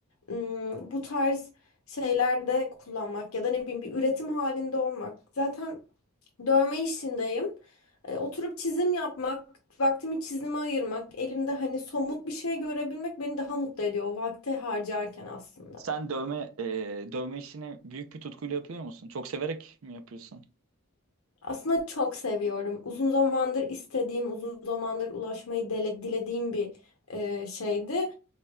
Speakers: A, on the left (about 80°); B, on the right (about 70°).
A: ım, bu tarz şeylerde kullanmak ya da ne bileyim bir üretim halinde olmak. Zaten Dövme işindeyim. E, oturup çizim yapmak, vaktimi çizime ayırmak, elimde hani somut bir şey görebilmek beni daha mutlu ediyor o vakti harcarken aslında.
B: sen dövme e, dövme işini büyük bir tutkuyla yapıyor musun? Çok severek mi yapıyorsun?
A: Aslında çok seviyorum. Uzun zamandır istediğim, uzun zamandır ulaşmayı dele, dilediğim bir e, şeydi.